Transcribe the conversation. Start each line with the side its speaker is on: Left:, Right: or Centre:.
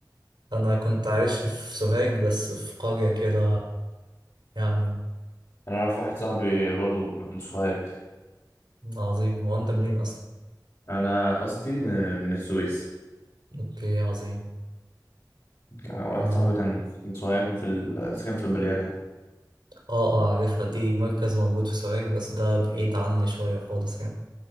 Right: انا كنت عايش في سوهاج بس في قريه كده يعني
Left: أنا أعرف واحد صاحبي برضه من سوهاج
Right: عظيم هو انت منين اصلا
Left: أنا أصلي من, من السويس
Right: اوكي عظيم
Left: واحد
Right: انا
Left: صاحبي كان من سوهاج في ال... سكن في البليانة
Right: اه اه عارفها دي مركز موجود في سوهاج بس ده بعيد عني شويه خالص يعني